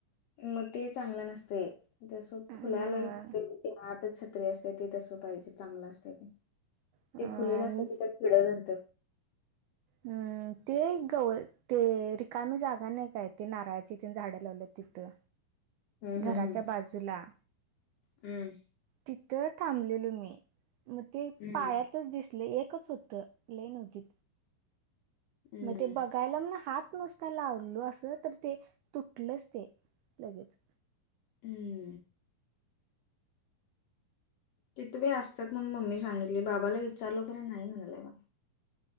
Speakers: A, on the left; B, on the right.
A: म ते चांगलं नसते तसं
B: हा
A: फुलाला नसते. ते आतच छत्री असते ती तसं पाहिजे चांगलं असत ते ते
B: अ आणि
A: फुलेलं असत त्याच्यात किडे धरत्यात.
B: हम्म ते एक गवं ते रिकामी जागा नाही काय ते नारळाची तेन झाडें लावले तिथं.
A: हम्म
B: घराच्या
A: हम्म हम्म
B: बाजूला
A: हम्म.
B: तिथं थांबलेलो मी म ते
A: हम्म
B: पाया तच दिसलं एकच होतं लेन होती.
A: हम्म
B: म ते
A: हम्म
B: बग कायलानना हात नुसता लावलो असं तर ते तुटलंच ते लगेच.
A: हम्म. तिथं बाई असत्यात म्हणून मम्मी सांगितली बाबाला विचारलो खरं नाही म्हणालाय वा.